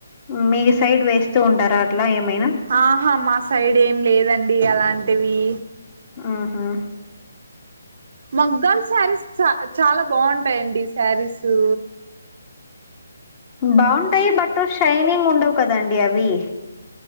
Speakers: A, on the left (about 30°); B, on the right (about 55°).
A: మీ సైడ్ వేస్తూ ఉండారా అట్లా ఏమైనా
B: ఆహా మా సైడ్ ఏం లేదండీ అలాంటివీ
A: ఆహా
B: మగ్గాల్ స్యారీస్ చ చాలా బావుంటాయండి స్యారీసూ
A: బావుంటయ్ బట్టు షైనింగ్ ఉండవు కదండి అవీ